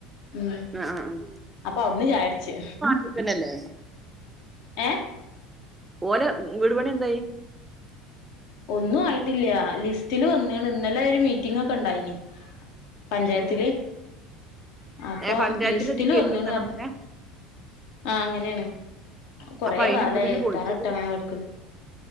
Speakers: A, on the left (about 65°); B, on the right (about 15°).
A: ഉം
B: ആഹ് ആഹ്
A: അപ്പൊ അവിടന്ന് ചായൊടിച്ച്
B: <unintelligible>
A: ഏഹ്
B: ഓലെ വീടുപണി എന്തായി?
A: ഒന്നും ആയിട്ടില്ല ലിസ്റ്റില് വന്ന്ണ് ഇന്നലെ ഒരു മീറ്റിംഗൊക്കെ ഇണ്ടായിനി പഞ്ചായത്തില്
B: ഉം
A: അപ്പൊ
B: ഏഹ് പഞ്ചായത്തിന്റെ
A: ലിസ്റ്റില്
B: ഇതിക്ക് എഴുതി
A: വന്ന്ണ്
B: കൊടുത്താണ്
A: പറഞ്ഞ്
B: അങ്ങനെ
A: ആഹ് അങ്ങനെയാണ് കൊറെ
B: അപ്പൊ അയിന്
A: കാലായി
B: ഇപ്പ തന്നെ പൊളിച്ചിട്ട്
A: തറ ഇട്ട് അങ്ങനെ കെടക്കണ്